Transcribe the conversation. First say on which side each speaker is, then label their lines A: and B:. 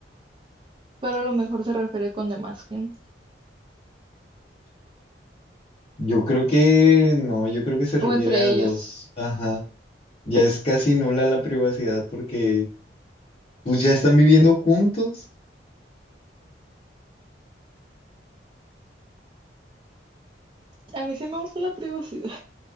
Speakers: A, on the right; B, on the left.
A: pero a lo mejor se refiere con demás gente
B: Yo creo que no, yo creo que se refiere
A: o entre
B: a
A: ellos.
B: dos. Ajá. Ya es casi nula la privacidad porque pues ya están viviendo juntos.
A: A mí sí me gusta la privacidad.